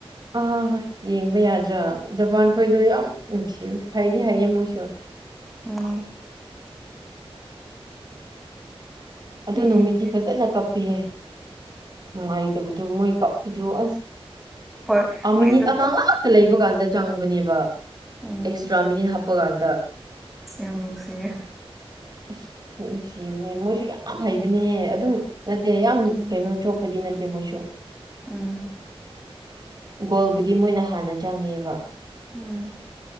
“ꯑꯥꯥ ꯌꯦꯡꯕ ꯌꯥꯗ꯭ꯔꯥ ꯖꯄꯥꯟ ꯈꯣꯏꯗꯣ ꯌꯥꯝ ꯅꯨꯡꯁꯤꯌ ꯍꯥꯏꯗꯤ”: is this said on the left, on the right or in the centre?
Right